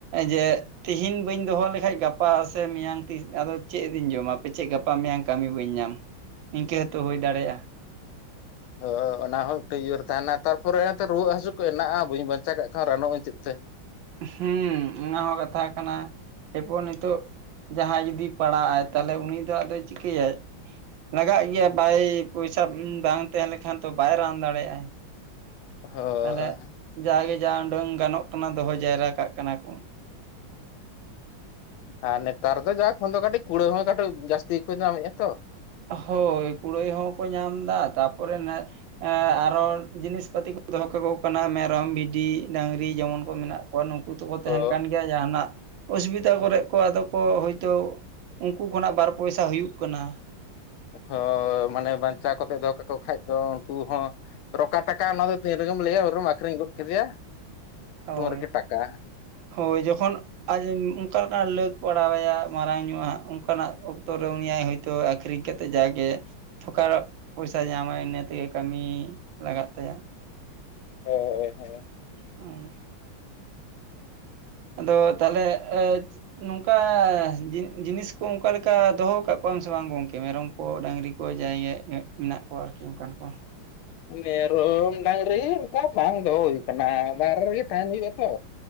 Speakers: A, on the right (about 75°); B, on the left (about 85°).
A: ᱡᱮ ᱛᱮᱤᱦᱤᱧ ᱵᱟᱹᱧ ᱫᱚᱦᱚ ᱞᱮᱠᱷᱟᱡ ᱜᱟᱯᱟ ᱜᱟᱯᱟ ᱥᱮ ᱢᱮᱭᱟᱝ ᱛᱤᱥ ᱟᱫᱚ ᱪᱮᱫ ᱫᱚᱧ ᱡᱚᱢᱟᱯᱮᱪᱮᱫ ᱜᱟᱯᱟ ᱢᱮᱭᱟᱝ ᱠᱟᱹᱢᱤ ᱵᱟᱹᱧ ᱧᱟᱢ ᱱᱤᱱᱝᱠᱟᱹ ᱦᱚᱸᱛᱚ ᱦᱩᱭ ᱫᱟᱲᱮᱭᱟᱜᱼᱟ
B: ᱦᱳ ᱚᱱᱟ ᱦᱚᱸ ᱢᱤᱫᱴᱮᱡ ᱤᱭᱟᱹ ᱨᱮ ᱛᱟᱦᱮᱱᱟ ᱛᱟᱨᱯᱚᱨᱮ ᱚᱱᱟᱛᱮ ᱨᱩᱣᱟᱹᱜ ᱦᱟᱹᱥᱩ ᱠᱚ ᱦᱱᱟᱜᱼᱟ ᱵᱟᱹᱧ ᱵᱟᱧᱪᱟᱣ ᱠᱟᱜ ᱠᱷᱟᱱ ᱨᱟᱱᱚᱜ ᱟᱹᱧ ᱪᱮᱫ ᱛᱮ
A: ᱦᱮᱸ ᱚᱱᱟ ᱦᱚᱸ ᱠᱟᱛᱷᱟ ᱠᱟᱱᱟ ᱮᱯᱚᱨ ᱱᱤᱛᱚᱜ ᱡᱟᱦᱟᱸᱭ ᱡᱩᱫᱤ ᱯᱟᱲᱟᱜᱼ ᱟᱭ ᱛᱟᱦᱚᱞᱮ ᱩᱱᱤ ᱫᱚ ᱟᱫᱚᱭ ᱪᱤᱠᱟᱹᱭᱟᱭ ᱞᱟᱜᱟᱜ ᱜᱮᱭᱟ ᱵᱟᱭ ᱯᱚᱭᱥᱟ ᱵᱟᱝ ᱛᱟᱦᱮᱸ ᱞᱮᱠᱷᱟᱱ ᱛᱚ ᱵᱟᱭ ᱨᱟᱱ ᱫᱟᱲᱮᱭᱟᱜᱼᱟᱭ
B: ᱦᱳᱭ
A: ᱛᱟᱦᱚᱞᱮ ᱡᱟᱜᱮ ᱡᱟ ᱩᱰᱟᱹᱝ ᱜᱟᱱᱚᱜ ᱛᱟᱢᱟ ᱫᱚᱦᱚ ᱡᱟᱭᱨᱟ ᱠᱟᱜ ᱠᱟᱱᱟ ᱠᱚ
B: ᱟᱨ ᱱᱮᱛᱟᱨ ᱫᱚ ᱡᱟ ᱠᱷᱚᱱ ᱫᱚ ᱠᱟᱹᱴᱤᱡ ᱠᱩᱲᱟᱹ ᱦᱚᱸ ᱠᱟᱹᱴᱤᱡ ᱡᱟᱹᱥᱛᱤ ᱜᱮ ᱠᱚ ᱧᱟᱢᱮᱫᱼᱟ ᱛᱚ
A: ᱦᱳᱭ ᱠᱩᱲᱟᱹᱭ ᱦᱚᱸᱠᱚ ᱧᱟᱢ ᱮᱫᱟ ᱛᱟᱯᱚᱨᱮ ᱟᱨᱚ ᱡᱤᱱᱤᱥ ᱯᱟᱹᱛᱤ ᱠᱚ ᱫᱚᱦᱚ ᱠᱟᱠᱚ ᱠᱟᱱᱟ ᱢᱮᱨᱚᱢ ᱵᱷᱤᱰᱤ ᱰᱟᱹᱝᱨᱤ ᱡᱮᱢᱚᱱ ᱠᱚ ᱢᱮᱱᱟᱜ ᱠᱚᱣᱟ ᱱᱩᱠᱩ ᱛᱚᱠᱚ ᱛᱟᱦᱮᱸᱱ
B: ᱛᱚ
A: ᱠᱟᱱ ᱜᱮᱭᱟ ᱡᱟᱦᱟᱸᱱᱟᱜ ᱚᱥᱩᱵᱤᱫᱟ ᱠᱚᱨᱮ ᱠᱚ ᱟᱫᱚ ᱠᱚ ᱦᱳᱭᱛᱳ ᱩᱱᱠᱩ ᱠᱷᱚᱱᱟᱜ ᱵᱟᱨ ᱯᱚᱭᱥᱟ ᱦᱩᱭᱩᱜ ᱠᱟᱱᱟ
B: ᱦᱳᱭ ᱢᱟᱱᱮ ᱵᱟᱧᱪᱟᱣ ᱠᱚᱛᱮ ᱫᱚᱦᱚ ᱠᱟᱠᱚ ᱠᱷᱟᱱᱡ ᱫᱚ ᱩᱱᱠᱩ ᱦᱚᱸ ᱨᱚᱠᱟ ᱴᱟᱠᱟ ᱚᱱᱟ ᱫᱚ ᱛᱤᱱ ᱨᱮᱜᱮᱢ ᱞᱟᱹᱭᱟ ᱨᱮᱢ ᱟᱠᱷᱨᱤᱧ ᱜᱚᱫ ᱠᱮᱫᱮᱭᱟ
A: ᱦᱳᱭ
B: ᱩᱱ ᱨᱮᱜᱮ ᱴᱟᱠᱟ
A: ᱦᱳᱭ ᱡᱚᱠᱷᱚᱱ ᱟᱡ ᱚᱱᱠᱟ ᱞᱮᱠᱟᱱᱟᱜ ᱞᱟᱹᱠ ᱯᱟᱲᱟᱣ ᱟᱭᱟ ᱢᱟᱨᱟᱝ ᱧᱚᱜᱼᱟᱜ ᱚᱱᱠᱟᱱᱟᱜ ᱚᱠᱛᱚᱨ ᱨᱮ ᱩᱱᱤᱭᱟᱭ ᱦᱳᱭᱛᱳ ᱛᱚ ᱟᱠᱷᱨᱤᱧ ᱠᱟᱛᱮ ᱡᱟᱜᱮ ᱴᱷᱚᱠᱟᱨ ᱯᱚᱭᱥᱟ ᱧᱟᱢᱟᱭ ᱤᱱᱟᱹ ᱛᱮᱜᱮ ᱠᱟᱹᱢᱤ ᱞᱟᱜᱟᱜ ᱛᱟᱭᱟ
B: ᱦᱮ ᱦᱮ
A: ᱦᱳᱭ ᱟᱫᱚ ᱛᱟᱦᱚᱞᱮ ᱮ ᱱᱚᱝᱠᱟ ᱡᱤᱱᱤᱥ ᱠᱚ ᱚᱱᱠᱟ ᱞᱮᱠᱟ ᱫᱚᱦᱚ ᱟᱠᱟᱫ ᱠᱚᱣᱟᱢ ᱥᱮ ᱵᱟᱝ ᱜᱚᱝᱠᱮ ᱢᱮᱨᱚᱢ ᱠᱚ ᱰᱟᱹᱝᱨᱤ ᱠᱚ ᱡᱟᱭ ᱜᱮ ᱢᱮᱱᱟᱜ ᱠᱚᱣᱟ ᱟᱨᱠᱤ ᱚᱱᱠᱟᱱ ᱠᱚ
B: ᱢᱮᱨᱚᱢ ᱰᱟᱝᱨᱤ ᱚᱱᱠᱟ ᱵᱟᱝ ᱫᱚᱦᱚ ᱦᱩᱭ ᱠᱟᱱᱟ ᱵᱟᱨᱦᱮ ᱨᱮᱜᱮ ᱛᱟᱦᱮᱸᱱ ᱦᱩᱭᱩᱜᱼᱟ ᱛᱚ